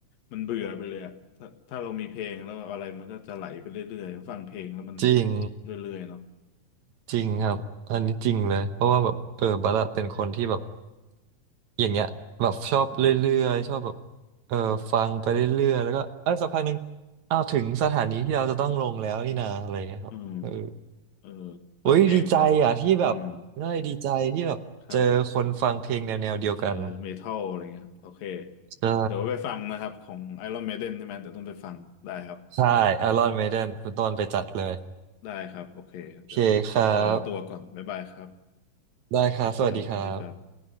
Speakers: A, on the left; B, on the right.
A: มันเบื่อไปเลยอะถ้าถ้าเรามีเพลงแล้วอะไรมันก็จะไหลไปเรื่อยๆฟังเพลงแล้วมัน
B: จริง
A: เรื่อยๆเนาะ
B: จริงครับอันนี้จริงเลยเพราะว่าแบบเออบัลละเป็นคนที่แบบอย่างเงี้ยแบบชอบเรื่อยๆชอบแบบเออฟังไปเรื่อยๆแล้วก็เออสักพักหนึ่งอ้าวถึงสถานีที่เราจะต้องลงแล้วนี่นาอะไรเงี้ยครับเออ
A: อืมเออเปิดเพลงไป
B: อุ้ยดีใจอ่ะที่แบบได้ดีใจที่แบบเจอคนฟังเพลงแนวแนวเดียวกัน
A: อืมครับ เออเมทัลอะไรเงี้ยครับโอเค
B: ใช่
A: เดี๋ยวไปฟังนะครับของ Iron Maiden ใช่ไหมเดี๋ยวต้องไปฟังได้ครับ
B: ใช่ Iron Maiden คุณต้นไปจัดเลย
A: ได้ครับโอเคเดี๋ยวขอตัวก่อนบ๊ายบายครับ
B: โอเคครับได้ครับสวัสดีครับ
A: นะครับสวัสดีครับ